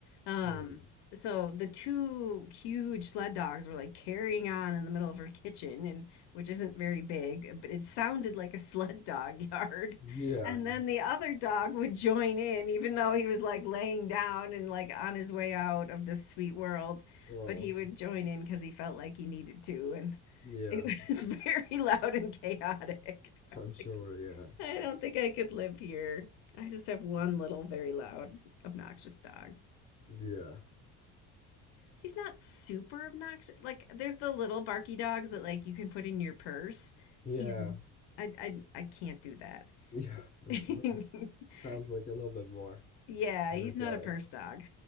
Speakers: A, on the left; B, on the left.
A: Um,
B: Hmm.
A: so the two huge sled dogs were like carrying on in the middle of her kitchen, and which isn't very big, but it sounded like a <laughs> sled dog yard.
B: Yeah.
A: And then the other dog would join in, even though he was like laying down and like on his way out of this sweet world.
B: Oh.
A: But he would join in because he felt like he needed to. And
B: Yeah.
A: it was <laughs> very loud and chaotic. <laughs> I'm
B: I'm sure.
A: like,
B: Yeah.
A: I don't think I could live here. I just have one little, very loud, obnoxious dog.
B: Yeah.
A: He's not super obnoxious. Like, there's the little barky dogs that like you can put in your purse.
B: Yeah.
A: He's, I, I, I can't do that.
B: Yeah. <laughs>
A: <laughs>
B: I'm sure. Sounds like a little bit more
A: Yeah,
B: energetic.
A: he's not a purse dog.